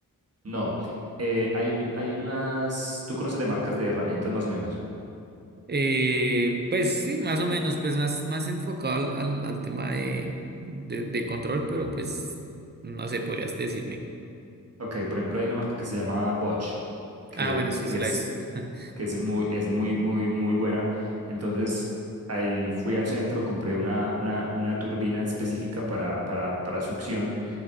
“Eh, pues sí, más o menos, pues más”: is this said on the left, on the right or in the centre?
Right